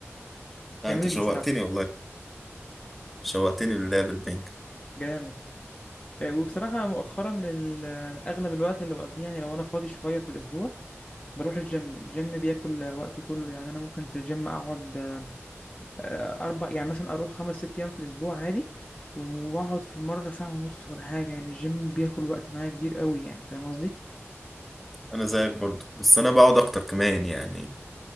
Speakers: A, in the centre; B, on the left.
A: لا
B: جميل
A: أنت شوقتني
B: بصراحة
A: والله شوقتني للعب البنك
B: جامد آه، وبصراحة مؤخرا ال- آه، اغلب الوقت اللي بقضيه يعني لو انا فاضي شوية في الاسبوع بروح الجيم الجيم بياكل آه، وقتي كله يعني انا ممكن في الجيم اقعد آه، اربع يعني مثلا اروح خمس ست ايام في الاسبوع عادي واقعد في المره ساعه ونص ولا حاجه يعني الجيم بياكل وقت معايا كبير قوي يعني فاهم قصدي
A: أنا زيك برضو بس أنا بقعد أكتر كمان يعني